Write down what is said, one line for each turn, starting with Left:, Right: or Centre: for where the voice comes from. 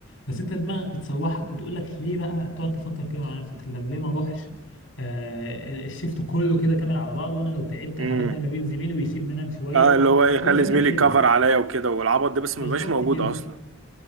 Left: بس انت دماغك بتسوحك وتقول لك ليه بقى تقعد تفكر كده مع نفسك طب ليه ما اروحش آه الشيفت كله كده كامل على بعضه وانا لو تعبت
Right: امم
Left: هبدل ما بين زميلي ويسيبني انام شويه
Right: اه
Left: وهو
Right: اللي هو يخلي
Left: هو فاكر
Right: زميلي
Left: كده
Right: يكفر عليا وكده والعبط ده بس
Left: بالظبط
Right: ما بيبقاش موجود
Left: كده
Right: اصلا